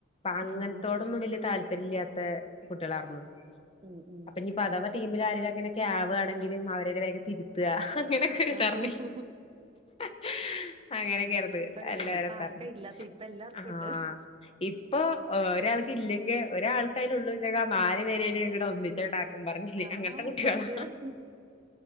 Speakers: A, on the left; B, on the right.
A: അങ്ങൻതോട്.
B: ഉം ഉം
A: ഒന്നും. വലിയ. താല്പര്യം ല്യാത്ത കുട്ടികളാർന്നു
B: ഉം ഉം
A: അപ്പോ ഇനി അഥവാ ടീമിലെ ആരെങ്കിലും ആവാ എങ്കിലും അവരെ വേഗം തിരുത്ത <unintelligible>
B: ഓഹ്
A: അങ്ങനെയൊക്കെയായിരുന്നു
B: ഉം ഇപ്പഴല്ലേ
A: <unintelligible>
B: ഇപ്പ ആർക്കാ ഇല്ലാത്ത ഇപ്പ എല്ലാർക്കും
A: ആ
B: ഉണ്ട്
A: ഇപ് ഇപ്പോ. ഒരാൾക്ക്. ഇല്ലെങ്കിൽ ഒരാൾക്ക് അതിലെ ഉള്ളൂ എങ്കിൽ മാറിമാറി ഒന്നിച്ചങ്ങട് ആകും ഞാൻ പറഞ്ഞില്ലേ
B: ആഹ്
A: അങ്ങനത്തെ കുട്ടികളാ
B: സത്യം